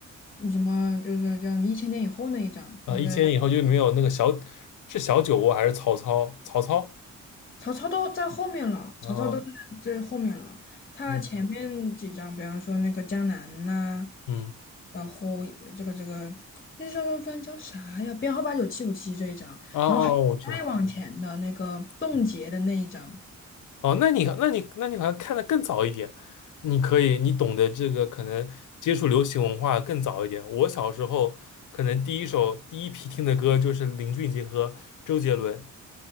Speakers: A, on the left; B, on the left.
A: 嗯什么，就是叫什么《一千年以后》那一张，
B: 啊，
A: 那个
B: 一千以后就没有那个小是小酒窝还是曹操？曹操？
A: 曹操都在后面了，
B: 啊，
A: 曹操都在最后面了。他前面几张，
B: 嗯
A: 比方说那个江南呐、
B: 嗯，
A: 然后呃这个这个那张专辑叫啥呀？编号八九七五七这一张，
B: 哦哦，
A: 然后还再往前的那个冻结的那一张。
B: 我知道。哦，那你那你那你好像看的更早一点，你可以你懂得这个可能接触流行文化更早一点。我小时候可能第一首第一批听的歌就是林俊杰和周杰伦。